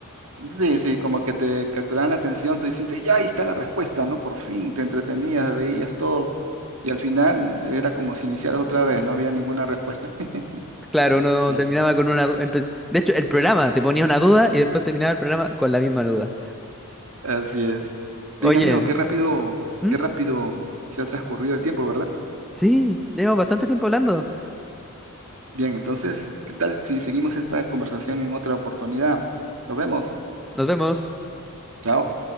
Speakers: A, on the right; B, in the centre.
A: Sí, sí, como que te capturaban la atención, tú dices, ya ahí está la respuesta, ¿no? Por fin te entretenías, veías todo. Y al final era como si iniciaras otra vez, no había ninguna respuesta. <laughs>
B: Claro, uno
A: Sí,
B: terminaba con una... du- De hecho, el programa te ponía una duda y después terminaba el programa con la misma duda.
A: así es.
B: Oye,
A: Bien, amigo, qué rápido,
B: ¿Mm?
A: qué rápido se ha transcurrido el tiempo, ¿verdad?
B: Sí, llevamos bastante tiempo hablando.
A: Bien, entonces, ¿qué tal si seguimos esta conversación en otra oportunidad? Nos vemos.
B: Nos vemos.
A: Chao.